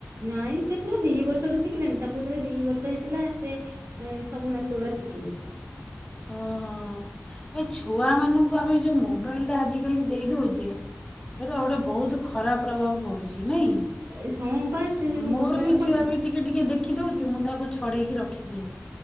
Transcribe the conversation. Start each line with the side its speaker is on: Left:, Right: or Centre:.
Right: ନାଇଁ ସେ ପୁରା ଦି ବର୍ଷରୁ ଶିଖିଲାଣି। ତାକୁ ଯେତେବେଳେ ଦି ବର୍ଷ ହେଇଥିଲା ସେ ଏ ସବୁ ନାଚ ଗୁଡା ଶିକେ।
Left: ଓହୋ। ଏ ଛୁଆ ମାନଙ୍କୁ ଆମେ ଯୋଉ ମୋବାଇଲ ଟା ଆଜିକାଲି ଦେଇ ଦଉଚେ, ଏଇଟା ଗୋଟେ ବହୁତ୍ ଖରାପ ପ୍ରଭାବ ପଡ଼ୁଛି ନାଇଁ।
Right: ଏ ହଁ ପା ସେ ଯୋଉ
Left: ମୋର
Right: ମୋବା
Left: ବି
Right: ପୁଣି
Left: ଝିଅ ବି ଟିକେ ଟିକେ ଦେଖି ଦଉଚି ମୁଁ ତାକୁ ଛଡେଇକି ରଖିଦିଏ।